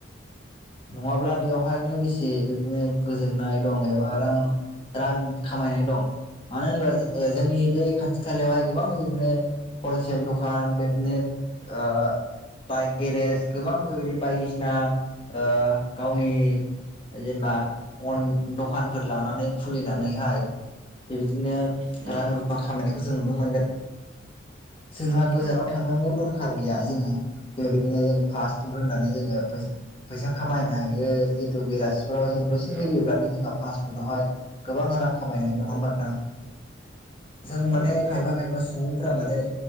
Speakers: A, on the left; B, on the right.
A: नङाब्ला बेवहायनो बेसे बिदिनो गोजोननाय दं एबा रां रां खामायनाय दं। मानो होनबा जोंनि बे खाथि खालायावहाय गोबां बिदिनो हलसेल दं। फान बेगनेत ओ बाइक गेरेज गोबां बेबायदि बायदिसिना ओ गावनि जेनेबा अन दखानफोर लानानै खुलिनानैहाय बेबायदिनो
B: उम
A: रां रुफा खामायनायखौ जों नुनो मोन्दों। जोंहा गोजानाव
B: औ
A: थांनांगौ दरखार गैया जोङो बेबायदिनो जों फास्फुद होननानै जोङो फैसा फैसा खामायनो हायो जितु बेलासिफोराव जों दसे
B: औ
A: होयोब्लानो जोंहा पासपुतआवहाय गोबां रां खामायनाय नङा होमबा नोंथां? जों
B: औ
A: माने
B: नंगौ
A: खायफा खायबा सुबुंफोरा माने